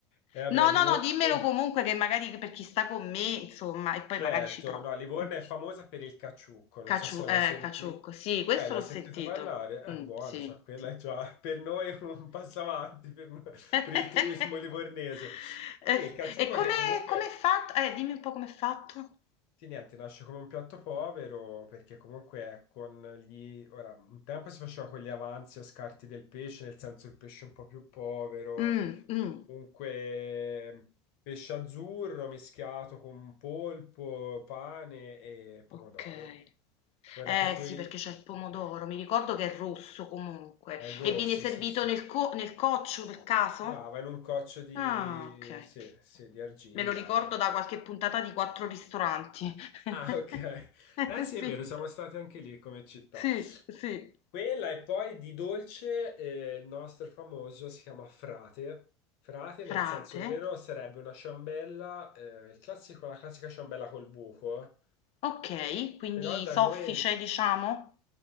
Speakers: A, on the left; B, on the left.
A: E vabbè,
B: No,
A: Livorno,
B: no, no, dimmelo comunque che magari per chi sta con me, insomma, e poi
A: certo,
B: magari ci provo.
A: no, Livorno
B: Mm.
A: è famosa per il caciucco, non
B: Caciu-
A: so se l'ha mai
B: eh,
A: sentito.
B: caciucco, sì, questo
A: Eh, l'ha
B: l'ho
A: sentito
B: sentito.
A: parlare? Eh,
B: Mm,
A: buono,
B: sì,
A: cioè, quella
B: sì.
A: è già per noi <laughs> un passo avanti, per, noi-
B: <laughs>
A: per il turismo livornese. Sì,
B: E
A: il caciucco
B: e come
A: che comunque
B: com'è fatto? Eh, dimmi un po' com'è fatto.
A: Sì, niente, nasce come un piatto povero perché comunque è con gli... Ora, un tempo si faceva con gli avanzi o scarti del pesce, nel senso il pesce un po' più povero,
B: Mh, mh,
A: comunque pesce azzurro mischiato con polpo, pane e pomodoro.
B: okay.
A: Ora
B: Eh
A: proprio
B: sì,
A: i-
B: perché c'è il pomodoro,
A: i-
B: mi ricordo che è rosso comunque.
A: è il rosso,
B: E viene servito
A: sì, sì.
B: nel co nel coccio per caso?
A: Brava, in un coccio di...
B: Ah, okay.
A: sì, sì, di argilla.
B: Me lo ricordo
A: e-
B: da qualche puntata di Quattro Ristoranti. <laughs>
A: Ah, ok. Eh sì, è
B: Sì.
A: vero, siamo stati anche lì come città.
B: Sì, sì.
A: Quella e poi di dolce, eh, il nostro famoso si chiama Frate. Frate, nel
B: Frate?
A: senso vero, sarebbe una ciambella, eh, il classico, la classica ciambella col buco,
B: Okay, quindi
A: però da
B: soffice
A: noi
B: diciamo?